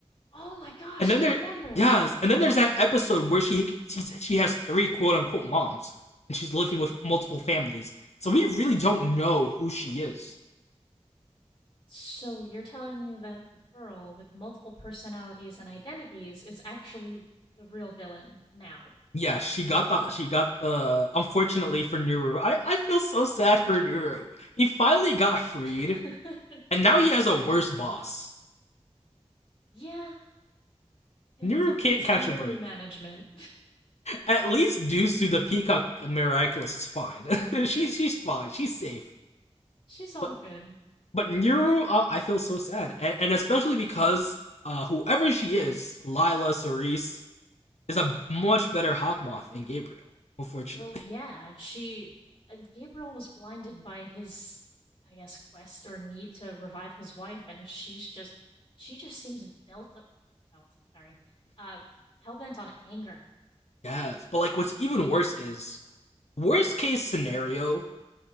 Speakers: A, on the left; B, on the left.
A: Oh my gosh,
B: And then
A: I remember.
B: there, yes, and then there's that episode where she she she has three quote unquote moms, and she's living with multiple families. So we really don't know who she is.
A: So you're telling me that the girl with multiple personalities and identities is actually the real villain now.
B: Yeah, she got the she got the unfortunately for Nuru. I, I feel so sad for Nuru. He finally got freed,
A: <laughs>
B: and now he has a worse boss.
A: yeah, it's-
B: Nuru can't
A: he's
B: catch
A: under
B: a break.
A: new management.
B: At least Dusu the Peacock Miraculous is fine. <laughs> she's she's fine. She's safe.
A: <laughs> She's all
B: But
A: good.
B: but Nuru, uh, I feel so sad, and, and especially because uh, whoever she is, Lila Cerise, is a much better Hawkmoth than Gabriel. Unfortunately,
A: Well, yeah, she. Uh, Gabriel was blinded by his, I guess, quest or need to revive his wife, and she's just. She just seems built Up, belt, sorry. Uh, hellbent on anger.
B: <laughs> yes. But like, what's even worse is worst case scenario,